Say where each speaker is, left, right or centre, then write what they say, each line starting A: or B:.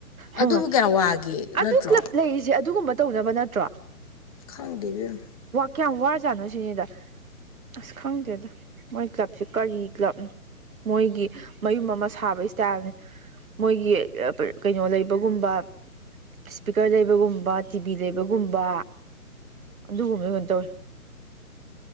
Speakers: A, on the right (about 65°); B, on the left (about 25°).
A: ꯍꯩꯃꯥ
B: ꯑꯗꯨꯕꯨ ꯀꯌꯥꯝ ꯋꯥꯒꯦ
A: ꯑꯗꯨ
B: ꯅꯠꯇ꯭ꯔꯣ
A: ꯀ꯭ꯂꯞ ꯂꯩꯔꯤꯁꯦ ꯑꯗꯨꯒꯨꯝꯕ ꯇꯧꯅꯕ ꯅꯠꯇ꯭ꯔꯣ
B: ꯈꯪꯗꯦ ꯏꯕꯦꯝꯃ
A: ꯀꯌꯥꯝ ꯋꯥꯔꯖꯥꯠꯅꯣ ꯁꯤꯅꯤꯗ ꯑꯁ ꯈꯪꯗꯦꯗ ꯃꯣꯏ ꯀ꯭ꯂꯕꯁꯦ ꯀꯔꯤ ꯀ꯭ꯂꯕꯅꯤ ꯃꯣꯏꯒꯤ ꯃꯌꯨꯝ ꯑꯃ ꯁꯥꯕ ꯏꯁꯇꯥꯏꯜꯅꯤ ꯃꯣꯏꯒꯤ ꯀꯩꯅꯣ ꯂꯩꯕꯒꯨꯝꯕ ꯁꯄꯤꯀꯔ ꯂꯩꯕꯒꯨꯝꯕ ꯇꯤꯚꯤ ꯂꯩꯕꯒꯨꯝꯕ ꯑꯗꯨꯒꯨꯝꯕ ꯀꯩꯅꯣ ꯇꯧꯋꯤ